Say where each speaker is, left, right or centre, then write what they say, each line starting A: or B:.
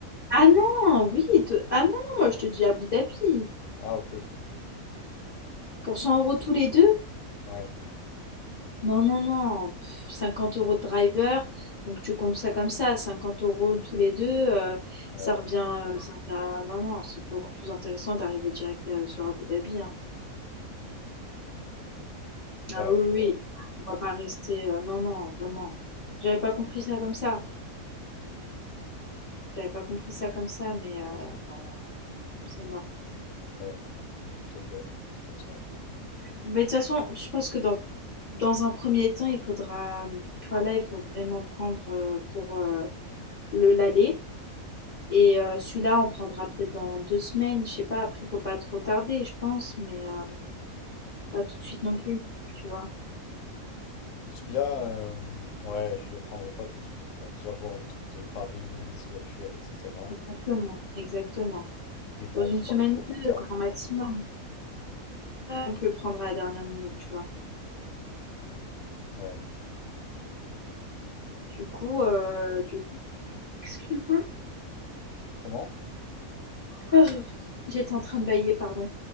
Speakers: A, on the left; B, on the left.
A: Ah non, oui, te- ah non, moi je te dis Abu Dhabi.
B: Ah, ok, ok.
A: Pour 100 euros tous les deux,
B: Ouais,
A: Non, non, non, pff, 50 euros de driver, donc tu comptes ça comme ça, 50 euros tous les deux, euh,
B: ouais,
A: ça
B: ouais,
A: revient, euh, ça revient- à- Non, non, c'est beaucoup plus intéressant d'arriver direct euh, sur Abu Dhabi, hein. Ah
B: Ouais,
A: oui,
B: je vois.
A: oui, oui, on va pas rester... euh, non, non, vraiment. J'avais pas compris ça comme ça, j'avais pas compris ça comme ça, mais euh, non, non, non, c'est mort.
B: Ouais. Écoute, ok, c'est comme ça.
A: Mais de toute façon, je pense que dans, dans un premier temps, il faudra... euh, Enfin là, il faut vraiment prendre euh, pour euh, le l'aller. Et euh, celui-là, on prendra peut-être dans deux semaines, je sais pas, après, faut pas trop tarder, je pense, mais euh, pas tout de suite non plus, tu vois.
B: Celui-là, euh, ouais, je le prendrai pas tout de suite, là. Déjà voir le truc de Paris, Nice, voiture, etc.
A: Exactement. Exactement.
B: Mais bon,
A: Dans une
B: faut
A: semaine
B: pas que trop
A: ou
B: qu'on tarde,
A: deux, grand
B: quoi.
A: maximum. Ouais, On peut le prendre à la dernière minute, tu vois.
B: Ouais.
A: Du coup, euh, du coup, excuse-moi,
B: Comment?
A: Pardon. j'étais en train de bailler, pardon.